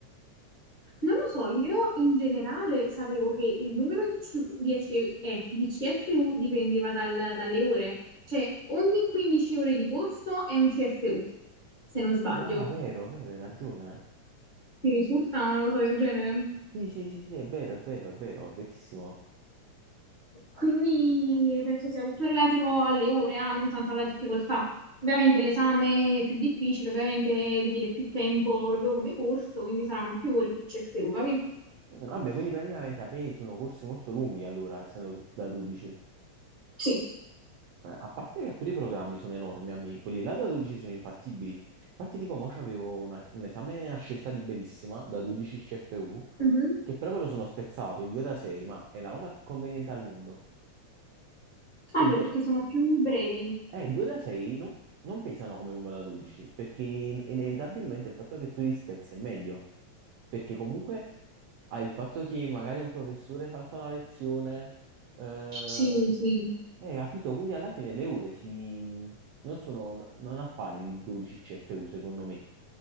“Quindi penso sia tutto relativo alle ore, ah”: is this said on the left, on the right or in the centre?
Left